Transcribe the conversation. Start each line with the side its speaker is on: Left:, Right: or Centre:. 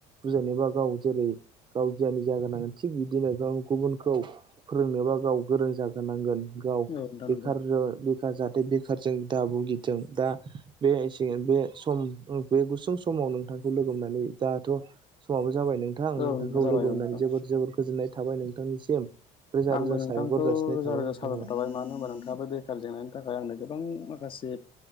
Right: बुजायनोबा गाव जेरै गाव गियाननि जाग्रोनांगोन थिग बिदिनो गाव गुबुनखौ फोरोंनो गाव गोरों जाग्रोनांगोन गाव
Left: नोंथां
Right: बेखार
Left: नंगौ
Right: जो नि जाहाथे बेखारजों दा भुगिदों दा बे से बे सम बे गुसुं सम नोंथांखौ लोगोनानै दाथ समा जाबाय नोंथां
Left: औ
Right: नोंथांखौ
Left: नोंथां जाबाय
Right: लोगो
Left: औ
Right: मोननानै
Left: नोंथां
Right: जोबोद जोबोद गोजोननाय थाबाय नोंथांनिसिम रोजा
Left: आंबो
Right: रोजा
Left: नोंथांखौ
Right: साबायखर जासिनाय
Left: रोजा
Right: थाबाय
Left: रोजा
Right: नोंथांखौ
Left: साबायखर थाबाय मानो होनोबा नोंथ थांबो बेखार जेंनानि थाखाय आंनो गोबां माखासे